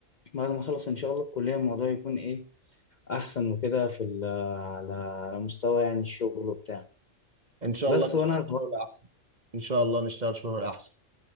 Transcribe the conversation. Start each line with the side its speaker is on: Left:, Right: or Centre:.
Left: بعد ما اخلص ان شاء الله الكليه الموضوع يكون ايه احسن وكده في ال- على على مستوى يعني الشغل وبتاع
Right: ان شاء
Left: بس
Right: الله نشتغل
Left: وانا
Right: شغل احسن ان شاء الله نشتغل شغل احسن